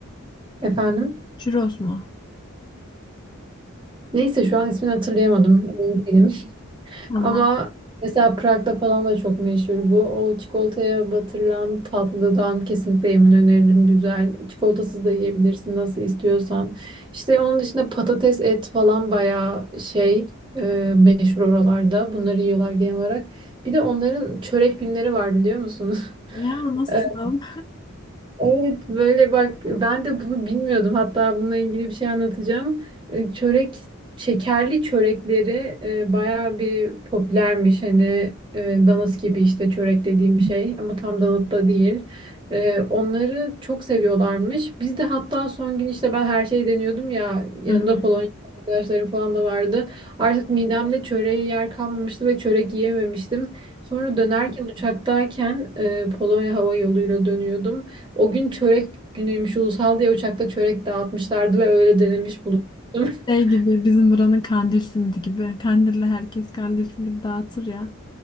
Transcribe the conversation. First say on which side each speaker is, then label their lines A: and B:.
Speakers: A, on the right; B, on the left.
A: efendim.
B: Churros mu?
A: Neyse şu an ismini hatırlayamadım. Emin değilim.
B: Tamam.
A: Ama mesela Prag'da falan da çok meşhur bu. O çikolataya batırılan tatlıdan kesinlikle yemin öneririm. Güzel. Çikolatasız da yiyebilirsin nasıl istiyorsan. İşte onun dışında patates, et falan bayağı şey e, meşhur oralarda. Bunları yiyorlar genel olarak. Bir de onların çörek günleri var biliyor musunuz?
B: Ya nasıl?
A: <laughs> Evet böyle bak ben de bunu bilmiyordum. Hatta bununla ilgili bir şey anlatacağım. E, Çörek şekerli çörekleri e, bayağı bir popülermiş. Hani e, danıt gibi işte çörek dediğim şey ama tam danıt da değil. E, onları çok seviyorlarmış. Biz de hatta son gün işte ben her şeyi deniyordum ya yanında
B: Hı.
A: Polonya arkadaşlarım falan da vardı. Artık midemde çöreğe yer kalmamıştı ve çörek yiyememiştim. Sonra dönerken uçaktayken e, Polonya hava yoluyla dönüyordum. O gün çörek günüymüş ulusal diye uçakta çörek dağıtmışlardı ve öyle denemiş bulunmuştum.
B: Şey
A: <laughs>
B: gibi bizim buranın kandil simidi gibi. Kandil'le herkes kandil simidi dağıtır ya.